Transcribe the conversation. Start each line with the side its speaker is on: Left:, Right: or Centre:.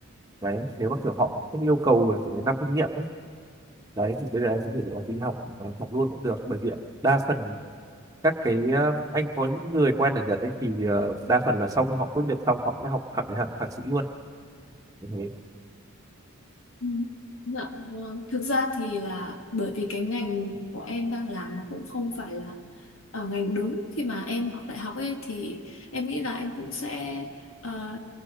Right: đấy nếu mà kiểu họ sẽ yêu cầu là phải đến năm kinh nghiệm ấy. đấy thì bây giờ em có thể là đi học ờ, học luôn cũng được bởi vì đa phần các cái ờ, anh có những người quen ở Nhật ấy thì ờ, đa phần là sau khi họ tốt nghiệp xong họ sẽ học hẳn cái hạng thạc sĩ luôn thế.
Left: Ừ. Dạ vâng. Thực ra thì là bởi vì cái ngành của em đang làm nó cũng không phải là ờ, ngành đúng khi mà em học đại học ấy thì em nghĩ là em cũng sẽ ờ,